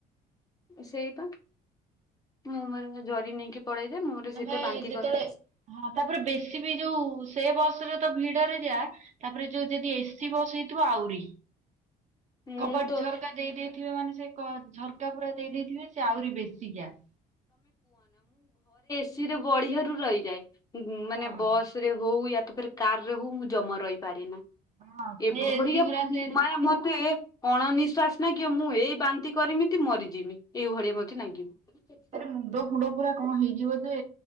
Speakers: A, on the left; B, on the right.
A: ସେଇପା ମୁଁ ମୋର ଜରି ନେଇକି ପଳେଇଯାଏ ମୋର
B: ତମେ
A: ସେଇଟା ବାନ୍ତି
B: ଯେତେବେଳେ
A: କରେ
B: ହଁ ତାପରେ ବେଶୀ ବି ଯୋଉ ସେ ବସରେ ଭିଡରେ ଯା ତାପରେ ଯୋଉ ଯଦି ଏସି ବସ ହେଇଥିବ ଆହୁରି
A: ମୁଁ
B: କବାଟ
A: ତ
B: ଝରକା ଦେଇଦେଇଥିବେ ମାନେ ସେ ଝରକା ପୁରା ଦେଇ ଦେଇଥିବେ ସେ ଆହୁରି ବେଶୀ ଗ୍ୟାସ।
A: ସିରେ ବଢିଆରୁ ରହିଯାଏ
B: ହଁ।
A: ମାନେ ବସ ରେ ହଉ ୟା ତ ଫେରେ କାରରେ ହଉ ମୁଁ <unintelligible> ଜମା ରହିପାରେ ନା
B: ହଁ ସେ
A: ଏଭଳିଆ
B: ଏସିଗୁରା ସେ ହଁ।
A: ମାନେ ମତେ ଅଣ ନିିଶ୍ୱାସି ନାଗିବ ମୁଁ ଏଇ ବାନ୍ତି କରିମି କି ମରିଯିବି ଏଇଭଳିଆ ମୋତେ ନାଗିବି।
B: ମୁଣ୍ଡ ଫୁଣ୍ଡ ପୁରା କଣ ହେଇଯିବ ଯେ